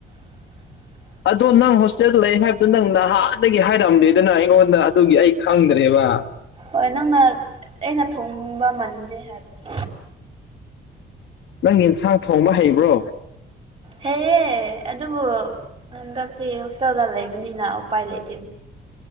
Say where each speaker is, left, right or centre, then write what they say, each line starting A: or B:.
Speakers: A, on the right; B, on the left.
A: <inaudible>
B: ꯑꯗꯣ ꯅꯪ ꯍꯣꯁꯇꯦꯜ ꯂꯩ ꯍꯥꯏꯕꯗꯨ ꯅꯪ ꯅꯍꯥꯟꯗꯒꯤ ꯍꯥꯏꯔꯝꯗꯦꯗꯅ ꯑꯩꯉꯣꯟꯗ ꯑꯗꯨꯒꯤ ꯑꯩ ꯈꯪꯗ꯭ꯔꯦꯕ
A: ꯍꯣꯏ ꯅꯪꯅ ꯑꯩꯅ ꯊꯣꯡꯕ ꯃꯟꯗꯦ ꯍꯥꯏꯕꯒꯤ
B: ꯅꯪ ꯌꯦꯟꯁꯥꯡ ꯊꯣꯡꯕ ꯍꯩꯕ꯭ꯔꯣ
A: ꯍꯦꯑꯦ ꯑꯗꯨꯕꯨ ꯍꯟꯗꯛꯇꯤ ꯍꯣꯁꯇꯦꯜꯗ ꯂꯩꯕꯅꯤꯅ ꯎꯄꯥꯏ ꯂꯩ